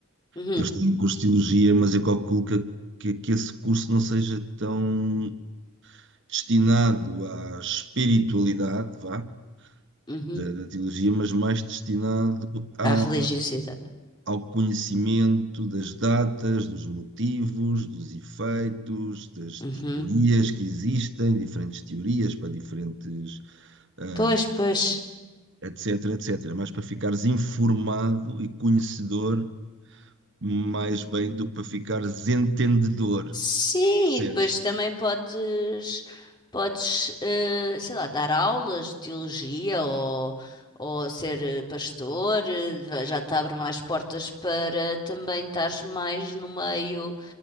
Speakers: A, on the left; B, on the right.
A: Uhum,
B: eu estou em curso de teologia, mas eu calculo que, que, que esse curso não seja tão destinado à espiritualidade, vá,
A: uhum.
B: da, da teologia, mas mais destinado à,
A: Há religiosidade.
B: ao conhecimento das datas, dos motivos, dos efeitos, das
A: Uhum.
B: teorias que existem, diferentes teorias para diferentes, ah,
A: Pois, pois.
B: etc, etc. Mas para ficares informado e conhecedor mais bem do que para ficares entendedor,
A: Sim,
B: percebes?
A: e depois também podes, podes, eh, sei lá, dar aulas de teologia ou, ou ser eh, pastor, eh, va- já te abre mais portas para também estares mais no meio